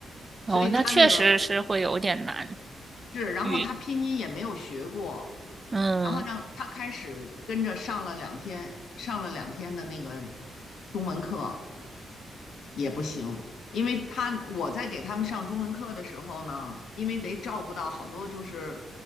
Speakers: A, on the left; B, on the right.
A: 所以他那个
B: 哦，那确实是会有点难
A: 是，然后他拼音也没有学过，
B: 语。嗯，
A: 然后让他开始跟着上了两天，上了两天的那个中文课，也不行，因为他我在给他们上中文课的时候呢，因为得照顾到好多就是